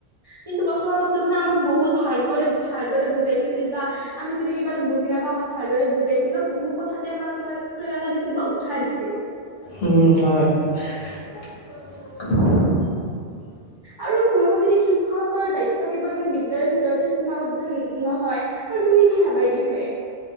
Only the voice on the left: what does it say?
উম, হয়। <inaudible>